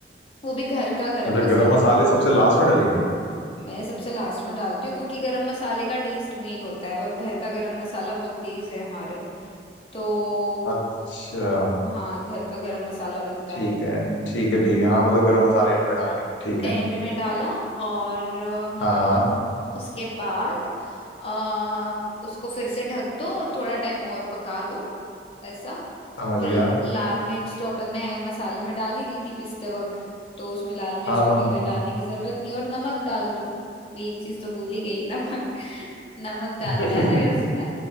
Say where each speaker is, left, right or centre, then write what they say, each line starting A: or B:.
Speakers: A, on the left; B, on the left.
A: वो भी घर का गरम
B: अच्छा
A: मसाला
B: गरम मसाले सबसे लास्ट में डालेंगे
A: मैं सबसे लास्ट में डालती हूँ क्योंकि गरम मसाले का टेस्ट मेन होता है और घर का गरम मसाला बहुत तेज है हमारे तो
B: अच्छा
A: हाँ घर का गरम मसाला बनता
B: ठीक
A: है
B: है ठीक है ठीक है हाँ मतलब गरम मसाले एंड में डालने हैं ठीक
A: एंड
B: है
A: में डाला और अ,
B: हाँ हाँ
A: उसके बाद आ, उसको फिर से ढक दो और थोड़ा टाइम और पका लो ऐसा
B: समझ
A: और
B: गया
A: लाल मिर्च तो अपन ने मसाले में डाल ही दी थी पिसते वक्त तो उसमें लाल मिर्च
B: हाँ
A: वगैरह
B: हाँ
A: डालने की जरूरत नहीं और नमक डाल दो मेन चीज तो भूल ही गई नमक <laughs> नमक डालना
B: हाँ
A: है उसमें